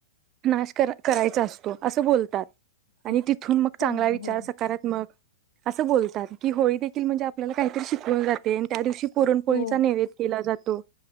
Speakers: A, on the right; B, on the left.
A: नाश करा करायचा अस तो अस बोलतात आणि
B: हो.
A: तिथून मग चांगला
B: हो मॅम.
A: विचार
B: हो.
A: सकारात्मक असं बोलतात की होळी देखील म्हणजे आपल्याला काहीतरी शिकवून जाते. त्या दिवशी पुरणपोळीचा
B: हो,
A: नैवेद्य केला जातो.